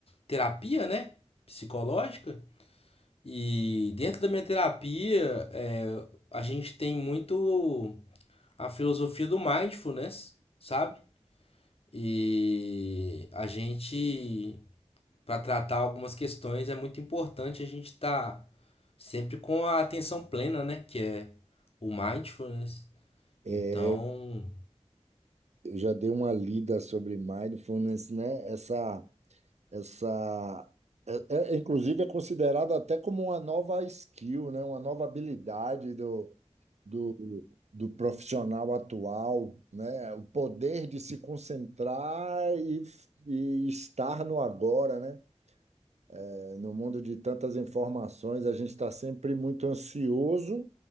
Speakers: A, on the left; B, on the right.
A: terapia, né, psicológica. E dentro da minha terapia, é, a gente tem muito a filosofia do mindfulness, sabe? E a gente, para tratar algumas questões, é muito importante a gente estar sempre com a atenção plena, né? Que é o mindfulness.
B: é,
A: Então,
B: eu já dei uma lida sobre mindfulness, né? Essa Essa, é, é- inclusive, é considerada até como uma nova skill, né? Uma nova habilidade do, do, do profissional atual, né? O poder de se concentrar e, e estar no agora, né? É, No mundo de tantas informações, a gente está sempre muito ansioso,